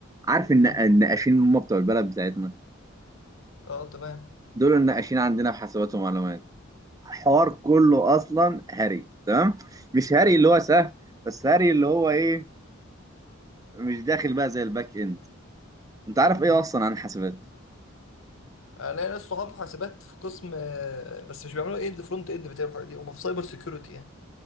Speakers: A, on the right (about 15°); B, on the left (about 70°).
A: عارف ان
B: مم.
A: النقاشين اللي هم بتوع البلد بتاعتنا
B: اه تمام
A: دول النقاشين عندنا في حاسبات ومعلومات الحوار كله اصلا هري تمام مش هري اللي هو سهل بس هري اللي هو ايه مش داخل بقى زي الباك اند انت عارف
B: مم.
A: ايه اصلا عن حاسبات
B: انا ناس صحاب حاسبات في قسم آه، بس مش بيعملوا اند فرونت اند بتاعوا الحاجات دي هم في سايبر سيكيورتي يعني